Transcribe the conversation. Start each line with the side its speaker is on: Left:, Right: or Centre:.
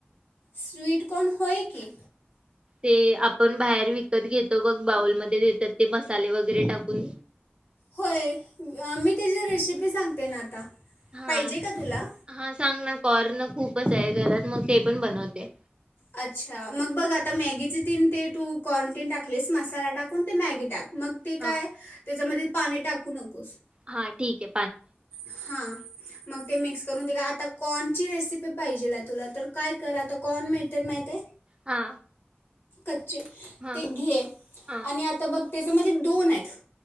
Left: स्वीटकॉर्न होय की.
Right: ते आपण बाहेर विकत घेतो बघ बाऊलमध्ये देतात ते मसाले वगैरे टाकून.
Left: होय मी त्याच्या रेसिपीज. सांगते ना आता.
Right: हां
Left: पाहिजे का तुला
Right: हां सांग ना कॉर्न खूपच आहे घरात. मग ते पण बनवते.
Left: अच्छा मग बघ आता मॅगीचे तीन ते कॉर्न टाकलेस मसाला टाकून ते मॅगी टाक. मग ते
Right: हा
Left: काय त्याच्यामध्ये पाणी टाकू नकोस.
Right: हा ठीकय.
Left: हा मग ते मिक्स करून ते का आता कॉनची रेसिपी पाहिजेले तुला तर काय कर आता कॉर्न मिळतय माहितेय.
Right: हा,
Left: <unintelligible> चे
Right: हा
Left: ते घे
Right: हा
Left: आणि आता बघ त्याच्यामध्ये दोन आहेत.